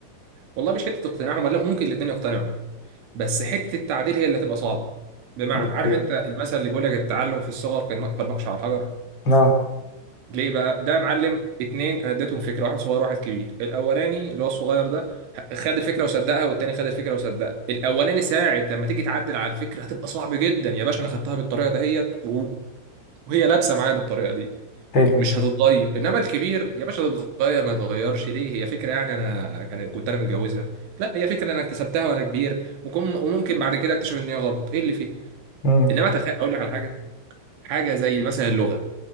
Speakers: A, on the right; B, on the left.
A: والله مش حته اقتناعهم لا ممكن الاتنين يقتنعوا بس حته التعديل هي اللي هتبقى صعبه بمعنى
B: اوكي
A: عارف انت المثل اللي بيقول لك التعلم في الصغر كالنق- كالنقش على الحجر
B: اه
A: ليه بقى ده يا معلم اتنين انا اديتهم فكره واحد صغير واحد كبير الاولاني اللي هو الصغير ده ه- خد الفكره وصدقها والتاني خد الفكره وصدقها الاولاني ساعة لما تيجي تعدل على الفكره هتبقى صعب جدا يا باشا انا خدتها بالطريقه دهيت و- وهي لابسه معايا بالطريقه دي
B: حلو
A: مش هتتغير انما الكبير يا باشا تتغير ما يتغيرش ليه هي فكره يعني انا كان- كنت انا متجوزها لا هي فكره انا اكتسبتها وانا كبير وكم- وممكن بعد كده اكتشف ان هي غلط ايه اللي فيه
B: امم
A: انما تخ... اقول لك على حاجه حاجه زي مثلا اللغه